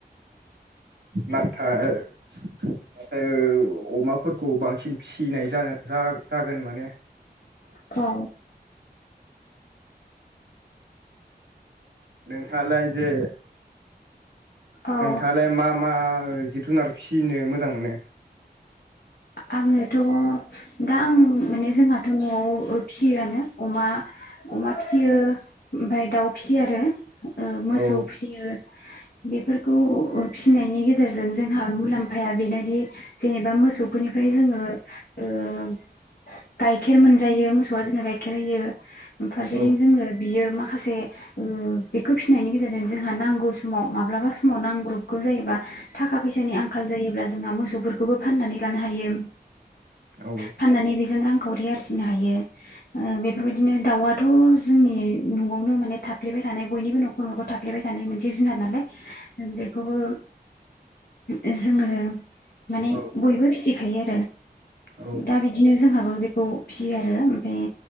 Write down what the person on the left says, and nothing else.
औ
औ
आङोथ' दा आं माने जोंहाथ' न'आव फिसियोआनो अमा अमा फिसियो ओमफ्राय दाउ फिसियो आरो ओ मोसौ
फिसियो बेफोरखौ फिसिनायनि गेजेरजों जोंहा मुलाम्फाया बेनोदि एबा मोसौफोरनिफ्राय जोङो ओ गाइखेर मोनजायो मोसौआ जोंनो गाइखेर होयो। फारसेथिं
जोंनो बियो माखासे ओ बेखौ फिसिनायनि गेजेरजों जोंहा नांगौ समाव माब्लाबा समाव नांग्रबगौ जायोबा थाखा फैसानि आंखाल जायोब्ला जोंहा मोसौफोर खौबो फाननानै लानो हायो
फाननानै बेजों रां खावरि आरजिनो हायो ओ बेफोरबायदिनो दाउ दाथ जोंनि न नयावनो माने थाफ्लेबाय थानाय बयनिबो नखर नखर थाफ्लेबाय थानाय मोनसे जुनार नालाय। जों बेखौबो ए जोंङो माने
बयबो फिसिखायो
<unintelligible> दा बिदिनो जोंहाबो बेखौ फि फिसियो आरो ओमफ्राय